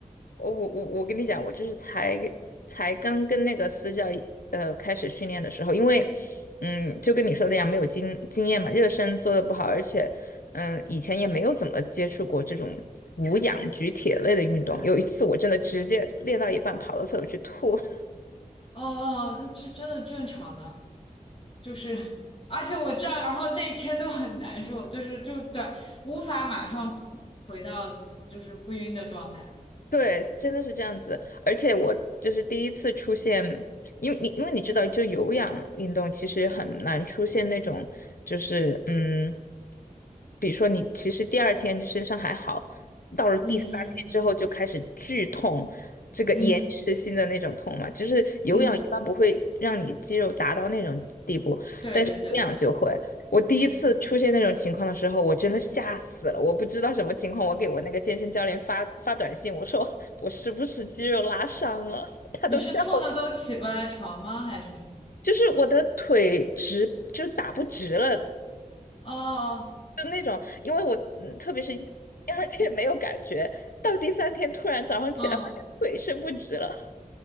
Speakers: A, on the left (about 80°); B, on the left (about 40°).
A: 我我我我跟你讲，我就是才才刚跟那个私教呃开始训练的时候，因为嗯，就跟你说的一样，没有经经验嘛，热身做的不好，而且嗯，以前也没有怎么接触过这种无氧举铁类的运动。有一次我真的直接练到一半跑到厕所去吐，<laughs>
B: <laughs> 哦哦，那这真的正常的，就是而且我这道，然后那天都很难受，就是就对，无法马上回到就是不晕的状态。
A: 对，真的是这样子。而且我就是第一次出现，因为你因为你知道，就有氧运动其实很难出现那种，就是嗯，比如说你其实第二天身上还好，到了第三天之后就开始剧痛，
B: 嗯
A: 这个延迟性的那种痛嘛，
B: 嗯嗯
A: 就是有氧一般不会让你肌肉达到那种地步，
B: 嗯，对对对，
A: 但是无氧就会。我第一次出现那种情况的时候，
B: 嗯，
A: 我真的吓死了。我不知道什么情况，我给我那个健身教练发发短信，我说我是不是肌肉拉伤了？<laughs> 他都笑了
B: 你是痛的都起不来床吗？还是什么？
A: 就是我的腿直，就是打不直了
B: 哦哦。
A: 那种。因为我，嗯，特别是因为第二天没有感觉，到第三天突然早上起来发现腿伸不直了，
B: 嗯，